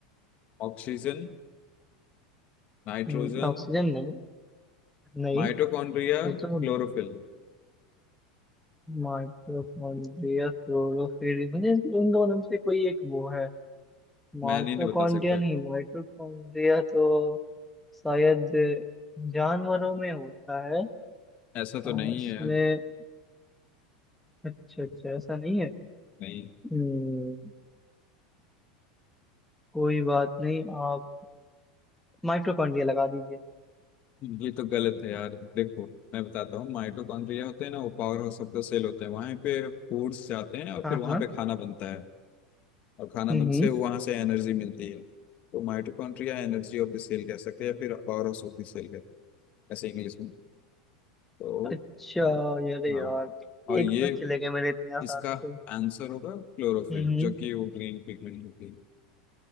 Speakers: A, on the left; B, in the centre.
A: ऑक्सीजन नाइट्रोजन
B: हम्म, ऑक्सीजन नहीं नहीं
A: माइटोकॉन्ड्रिया
B: ये
A: क्लोरोफिल
B: तो माइटोकॉन्ड्रिया क्लोरोफिल मुझे उन दोनों में से कोई एक वो है माइटोकॉन्ड्रिया
A: मैन ही नहीं बता सकता है
B: नहीं माइटोकॉन्ड्रिया तो शायद जानवरों में होता है
A: ऐसा
B: आ,
A: तो नहीं
B: इसमें
A: है यार
B: अच्छा अच्छा ऐसा नहीं है
A: नहीं
B: हम्म, कोई बात नहीं आप माइटोकॉन्ड्रिया लगा दीजिए
A: ये तो गलत है यार देखो मैं बताता हूँ माइटोकॉन्ड्रिया होते हैं ना वो power house of the cell होते हैं वहां पे फूड्स जाते हैं और
B: हाँ
A: फिर वहां
B: हाँ
A: पे खाना बनता है और खाना
B: हम्म
A: बन
B: हम्म।
A: से वहां से एनर्जी मिलती है तो mitochondria energy of the cell कह सकते हैं या फिर power house of the cell कह ऐसे इंग्लिश में तो
B: अच्छा यार यार
A: हाँ और
B: एक
A: ये
B: पॉइंट चले गए मेरे इतने आसानी
A: इसका
B: से
A: आंसर होगा क्लोरोफिल
B: हम्म
A: जो कि वो ग्रीन पिगमेंट होती है